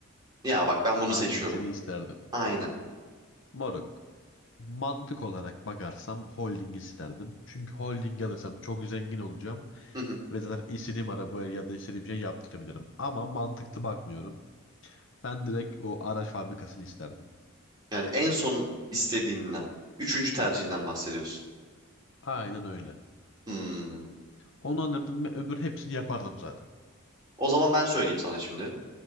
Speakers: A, on the right; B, on the left.
A: Ya bak ben bunu
B: Hangisini
A: seçiyorum.
B: isterdim?
A: Aynen.
B: Moruk. Mantık olarak bakarsam holding isterdim. Çünkü holding alırsam çok zengin olacağım
A: Hı hı.
B: ve zaten istediğim arabaya ya da istediğim şey yaptırabilirim. Ama mantıklı bakmıyorum. Ben direkt o araç fabrikasını isterdim.
A: Yani en son istediğinden, üçüncü tercihinden bahsediyorsun.
B: Aynen öyle.
A: Hmm.
B: Onu alırdım ve öbür hepsini yapardım zaten.
A: O zaman ben söyleyeyim sana şimdi.